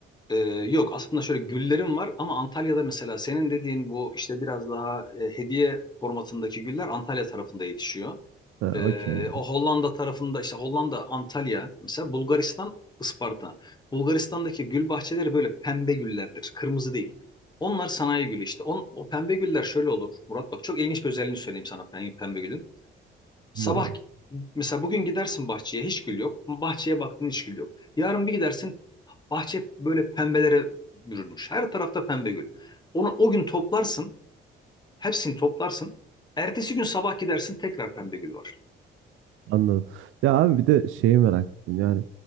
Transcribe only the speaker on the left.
e, yok aslında şöyle güllerim var ama Antalya'da mesela senin dediğin bu işte biraz daha e, hediye formatındaki güller Antalya tarafında yetişiyor.
Ee,
o Hollanda tarafında işte Hollanda, Antalya, mesela Bulgaristan, Isparta. Bulgaristan'daki gül bahçeleri böyle pembe güllerdir, kırmızı değil. Onlar sanayi gülü işte. On, o pembe güller şöyle olur Murat bak çok ilginç bir özelliğini söyleyeyim sana pembe, pembe gülün. Sabah
mesela bugün gidersin bahçeye hiç gül yok. Bahçeye baktın hiç gül yok. Yarın bir gidersin bahçe böyle pembelere bürünmüş. Her tarafta pembe gül. Onu o gün toplarsın, hepsini toplarsın. Ertesi gün sabah gidersin tekrar pembe gül var.